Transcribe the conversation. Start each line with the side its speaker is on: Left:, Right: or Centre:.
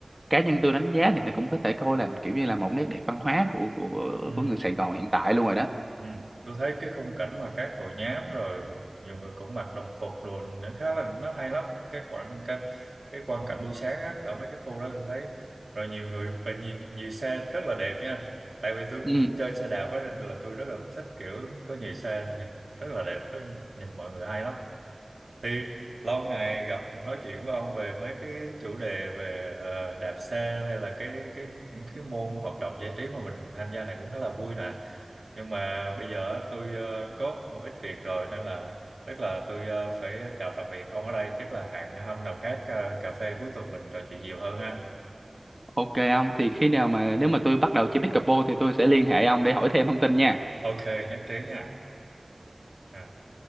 Centre: cá nhân tôi đánh giá thì nó cũng có thể coi là kiểu như là một nét đẹp văn hóa của của
Right: ừ.
Centre: của người Sài Gòn hiện tại luôn rồi đó
Right: Ừ. Tôi thấy cái khung cảnh mà các hội nhóm rồi nhiều người cũng mặc đồng phục đồ nó khá là nó hay lắm cái quãng cái, cái quang cảnh buổi sáng á, ở mấy cái khu đó tôi thấy rồi nhiều người và nhiều, nhiều xe rất là đẹp nha tại vì tôi
Centre: ừ
Right: cũng chơi xe đạp á nên là tôi rất là thích kiểu có nhiều xe nhìn rất là đẹp á, nhìn mọi người hay lắm thì lâu ngày gặp nói chuyện với ông về mấy cái chủ đề về ờ, đạp xe hay là cái cái cái môn hoạt động giải trí mà mình tham gia này cũng khá là vui nè nhưng mà bây giờ tôi ờ, có một ít việc rồi nên là chắc là tôi ờ, phải chào tạm biệt ông ở đây chắc là hẹn hôm nào khác ờ, cà phê cuối tuần mình trò chuyện nhiều hơn ha
Centre: ok ông thì khi nào mà nếu mà tôi bắt đầu chơi pickleball thì tôi sẽ liên hệ ông để hỏi thêm thông tin nha
Right: ok nhất trí nha Dạ.